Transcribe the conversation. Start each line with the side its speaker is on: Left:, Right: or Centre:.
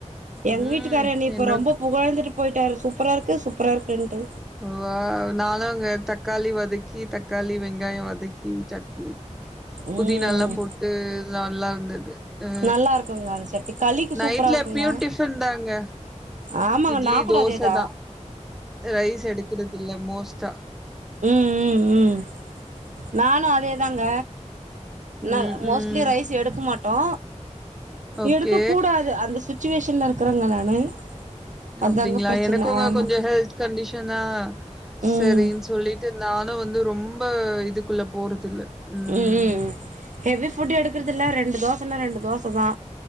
Right: எங்
Centre: ம்
Right: வீட்டுக்கார் என்னேய்ப்ப
Centre: என்ன
Right: ரொம்ப புகழ்ந்துட் போயிட்டார் சூப்பரா இருக்கு சூப்பரா இருக்குன்ட்டு
Centre: வாவ் நானுங்க தக்காளி வதக்கி தக்காளி வெங்காய வதக்கி சட்னி புதினாலா
Right: ம்
Centre: போட்டு நல்லா இருந்தது அ
Right: நல்லா இருக்குங்க அந்த சட்னி களிக்கு
Centre: நைட்ல
Right: சூப்பரா இருக்குங்க
Centre: எப்யு டிஃபன் தாங்க
Right: ஆமாங்க
Centre: இட்லி
Right: நா கூட
Centre: தோசதா
Right: அதேதா
Centre: அ ரைஸ் எடுக்கிறதில்ல மோஸ் தா
Right: உம் உம் உம் நானோ அதேதாங்க நாக
Centre: ம்
Right: மோஸ்ட்லி
Centre: ம்
Right: ரைஸ் எடுக்கு மா டோ
Centre: ஓகே
Right: எடுக்க கூடாது அந்த சிசு சிசுவேஷன்ல இருக்கிறங்க நானு அதாங்க
Centre: அப்டிங்ளா
Right: பிரச்சன
Centre: எனக்கோங்க
Right: ஆமா
Centre: கொஞ்சோ ஹெல்த் கண்டிசன்னா
Right: ம்
Centre: செரினு சொல்லிட்டு நானு வந்து ரொம்ப இதுக்குள்ள போறதில்ல ம்
Right: உம் உம் ஹெவி ஃபுட் எடுக்குற ராத்திர்லா ரெண்டு தோசைன்னா ரெண்டு தோச தா